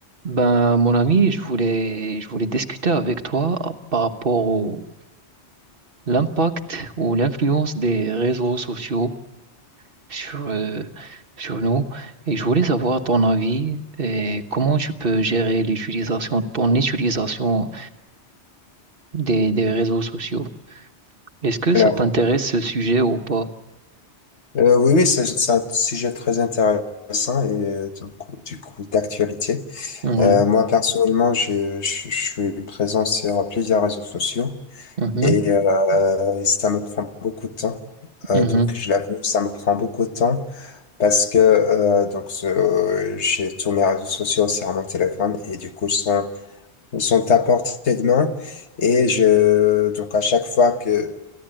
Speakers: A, on the right; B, on the left.
A: Ben, mon ami, je voulais, je voulais discuter avec toi par rapport au l'impact ou l'influence des réseaux sociaux sur, euh, sur nous. Et je voulais savoir ton avis et comment tu peux gérer l'utilisation, ton utilisation des, des réseaux sociaux. Est-ce que
B: Alors,
A: ça t'intéresse ce sujet ou pas?
B: euh, oui, oui, c'est c'est un sujet très intéressant et euh, du coup, du coup, d'actualité.
A: Ouais.
B: Euh, moi, personnellement, je, je, je suis présent sur plusieurs réseaux sociaux
A: Mhm.
B: et, euh, et ça me prend beaucoup de temps. Euh,
A: Mhm.
B: donc, je l'avoue, ça me prend beaucoup de temps parce que euh, donc ce- j'ai tous mes réseaux sociaux sur mon téléphone et du coup, ils sont, ils sont à portée de main. Et je, donc, à chaque fois que